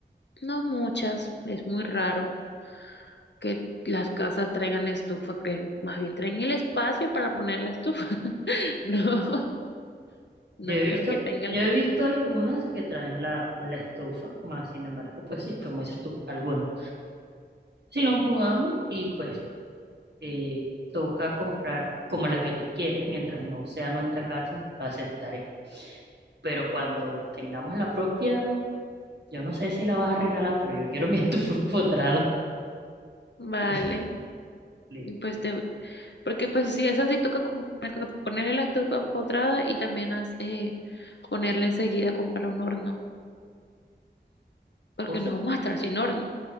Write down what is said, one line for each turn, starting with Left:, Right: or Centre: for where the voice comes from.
Left: no muchas, es muy raro que las casas traigan estufa, creen, más bien traen el espacio para poner la estufa. <laughs> No, no
Right: Yo he
Left: creo
Right: visto,
Left: que tengan
Right: yo
Left: la.
Right: he visto algunas que traen la, la estufa, más sin embargo, pues sí, como dices tú, algunas. Si nos mudamos y pues eh, toca comprar como la que tú quieres, mientras no sea nuestra casa, la aceptaré. Pero cuando tengamos la propia, yo no sé si la vas a regalar, pero yo quiero <laughs> mi estufa empotrada.
Left: Vale,
Right: <laughs> Listo.
Left: pues te, porque pues sí, esa sí toca com- ponerle la estufa empotrada y también haz- eh, ponerle enseguida comprar un horno, porque
Right: O se,
Left: no vamos a estar sin horno.